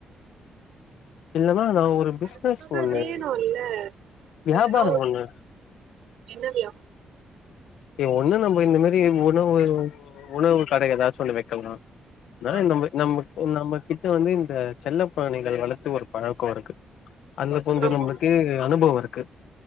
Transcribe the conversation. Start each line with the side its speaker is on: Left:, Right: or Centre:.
Left: இந்த மாறிதா ஒரு பிஸ்னஸ்
Right: அதுக்காக
Left: ஒண்ணு
Right: வேணு இல்ல
Left: வியாபாரம்
Right: ஏதோ
Left: ஒண்ணு
Right: என்ன வியா
Left: ஒண்ணு நம்ப இந்த மாறி உணவு உணவு கட எதாச்சும் ஒன்னு வெக்கலா
Right: வியாபாரம்
Left: நா இந்த நம்ம நம்ம நம்ம கிட்ட வந்து இந்த செல்ல பிராணிகள் வளத்து ஒரு பழக்கோ இருக்கு அங்க கொஞ்சோ
Right: ஆமா
Left: நம்பளுக்கு அனுபவோ இருக்கு